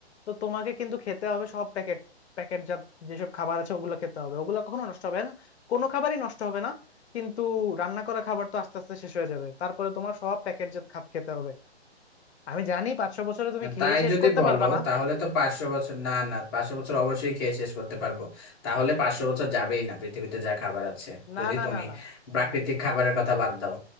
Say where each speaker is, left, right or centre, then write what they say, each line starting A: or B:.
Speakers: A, on the left; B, on the left.
A: তো তোমাকে কিন্তু খেতে হবে সব প্যাকেট প্যাকেট যা যেসব খাবার আছে ওগুলো খেতে হবে ওগুলো কখনো নষ্ট হবে না কোনো খাবারই নষ্ট হবে না কিন্তু রান্না করা খাবার তো আস্তে আস্তে শেষ হয়ে যাবে তারপরে তোমার সব প্যাকেট জাত খাত খেতে হবে আমি জানি পাঁচ ছ বছরে তুমি খেয়ে
B: তাই
A: শেষ
B: যদি
A: করতে
B: বলো
A: পারবা না
B: তাহলে তো পাঁচশো বছর না না পাঁচশো বছর অবশ্যই খেয়ে শেষ করতে পারবো তাহলে পাঁচশো বছর যাবেই না পৃথিবীতে যা খাবার আছে
A: না
B: যদি
A: না
B: তুমি
A: না না
B: প্রাকৃতিক
A: না না
B: খাবারের কথা বাদ দাও